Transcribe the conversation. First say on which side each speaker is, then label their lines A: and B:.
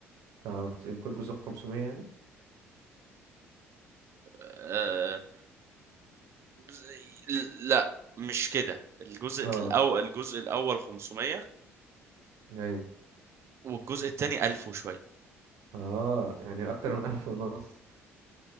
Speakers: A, on the right; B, on the right.
A: اه جزئين كل جزء 500 يعني
B: آه، جزء- لا مش كده الجزء
A: اه
B: الاول الجزء الاول 500
A: ايوه
B: والجزء الثاني 1000 وشويه
A: اه يعني اكتر من الف ونص